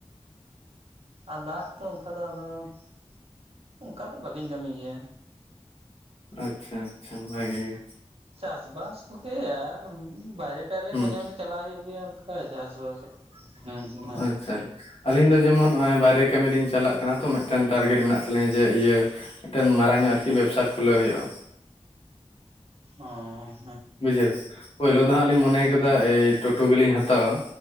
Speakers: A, on the right (about 65°); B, on the left (about 60°).
A: ᱟᱫᱟᱨ ᱛᱚ ᱚᱱᱠᱟ ᱫᱚ ᱟᱫᱚ <inaudible> ᱚᱱᱠᱟ ᱫᱚ ᱵᱟᱹᱞᱤᱧ ᱠᱟᱹᱢᱤ ᱜᱮᱭᱟ᱾
B: ᱟᱪᱪᱷᱟ ᱟᱪᱪᱷᱟ ᱵᱷᱟᱜᱮ ᱜᱮ᱾
A: ᱪᱟᱥ-ᱵᱟᱥ ᱠᱚᱜᱮ ᱟᱨ ᱵᱟᱦᱨᱮ ᱴᱟᱭᱨᱮ
B: ᱦᱩᱸ
A: ᱢᱟᱡᱷᱮ ᱢᱚᱫᱽᱷᱮ ᱪᱟᱞᱟᱜ ᱦᱩᱭᱩᱜ ᱜᱮᱭᱟ ᱚᱱᱠᱟ ᱪᱟᱥ-ᱵᱟᱥ ᱡᱚᱠᱷ ᱦᱟᱱᱮ ᱩᱱ ᱥᱚᱢᱚᱡ
B: ᱟᱪᱪᱷᱟ ᱟᱪᱪᱷᱟ ᱾ ᱟᱹᱞᱤᱧ ᱫᱚ ᱡᱮᱢᱚᱱ ᱵᱟᱭᱨᱮ ᱠᱟᱹᱢᱤ ᱞᱤᱧ ᱪᱟᱞᱟᱜ ᱠᱟᱱᱟ ᱛᱚ ᱢᱤᱫᱴᱮᱱ ᱴᱟᱨᱜᱮᱴ ᱢᱮᱱᱟᱜ ᱛᱟᱹᱞᱤᱧᱟ ᱡᱮ ᱤᱭᱟᱹ ᱢᱤᱫᱴᱮᱱ ᱢᱟᱨᱟᱝ ᱧᱚᱜ ᱟᱨᱠᱤ ᱵᱮᱵᱽᱥᱟ ᱠᱷᱩᱞᱟᱹᱣ ᱦᱩᱭᱩᱜ-ᱟ᱾
A: ᱚᱸᱻ
B: ᱵᱩᱡᱷᱟᱹᱣ ᱾ ᱯᱳᱭᱞᱳ ᱫᱚ ᱦᱟᱸᱜ ᱞᱤᱧ ᱢᱚᱱᱮᱭ ᱟᱠᱟᱫᱟ
A: ᱦᱮᱸ
B: ᱮᱭ ᱴᱳᱴᱳ ᱜᱮᱞᱤᱧ ᱦᱟᱛᱟᱣᱟ,